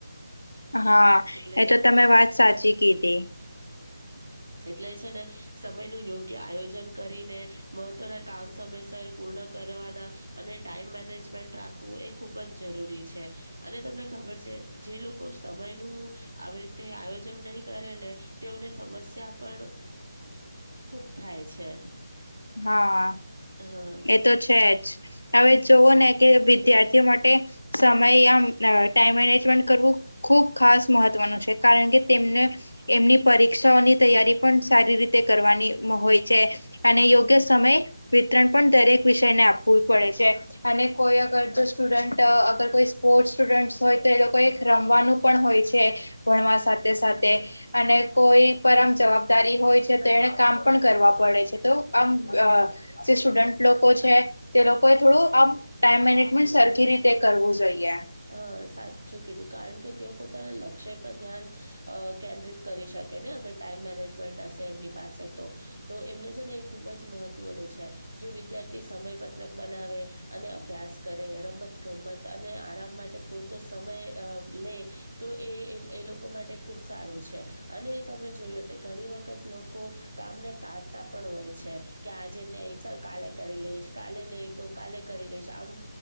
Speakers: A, on the left; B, on the right.
A: હા
B: એટલે
A: એ તો તમે વાત સાચી કીધી
B: <inaudible> એટલે છે ને સમય નું યોગ્ય આયોજન કરીને મહત્વના કામ સમયસર પૂર્ણ કરવાના અને ટાઈમ મેનેજમેન્ટ રાખવું એ ખુબ જ જરૂરી છે અને તમને ખબર છે જે લોકો સમય નું આવી રીતે આયોજન નહી કરે ને તેઓને સમસ્યા પણ ખૂબ થાય છે.
A: હા,
B: હા.
A: એ તો છે જ હવે જોવો ને કે વિદ્યાર્થીઓ માટે તે સમય આમ ટાઈમ મેનેજમેન્ટ કરવું ખુબ ખાસ મહત્વનું છે. કારણ કે તેમને એમની પરીક્ષાઓની તૈયારી પણ સારી રીતે કરવાની હોય છે. અને યોગ્ય સમય વિતરણ પણ દરેક વિષયને આપવું પડે છે અને કોઈ અગર સ્ટુડન્ટ અ અગર કોઈ સ્પોર્ટ સ્ટુડન્ટ હોય તો એ લોકો એક રમવાનું પણ હોય છે ભણવા સાથ સાથે અને કોઈ પરમ જવાબદારી હોય છે તો એને કામ પણ કરવા પડે છે. તો આમ જે સ્ટુડન્ટ લોકો છે તે લોકો એ થોડું આમ ટાઈમ મેનેજમેન્ટ સરખી રીતે કરવું જોઈએ.
B: હા સાચું કીધું કારણ કે તેઓ પોતાના લક્ષ્ય પર ધ્યાન અ કેન્દ્રિત કરી શકે ને અગર ટાઈમ મેનેજમેન્ટ હશે એમની પાસ પાસે તો એમને છે ને એ ખુબ જ મહત્વનું છે. જો વિદ્યાર્થી સમય પત્રક બનાવે અને અભ્યાસ કરે, રમત ગમત અને આરામ માટે પૂરતો સમય અ લે તો એ એ લોકો માટે ખુબ સારું છે અને તમે જોયુ હશે ઘણી વખત લોકો કામને ટાળતા પણ હોય છે કે આજેને કાલે કરી લઈશ, કાલે નહી તો કાલે કરી લઈશ આમ